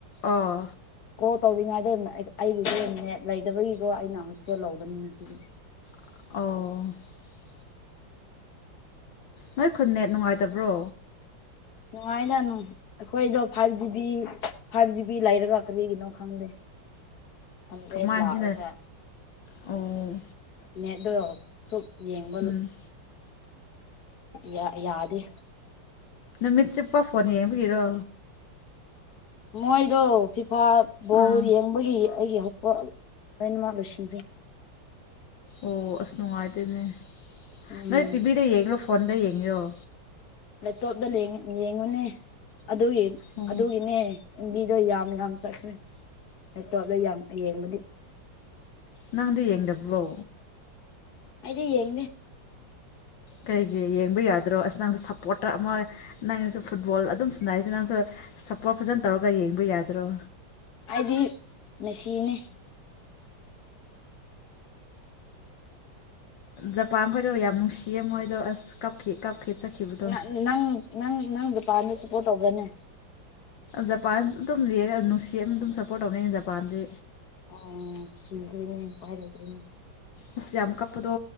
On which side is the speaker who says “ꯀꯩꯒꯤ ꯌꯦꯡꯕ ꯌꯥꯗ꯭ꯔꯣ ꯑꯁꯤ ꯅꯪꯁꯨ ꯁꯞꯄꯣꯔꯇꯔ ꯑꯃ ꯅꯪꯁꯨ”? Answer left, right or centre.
Left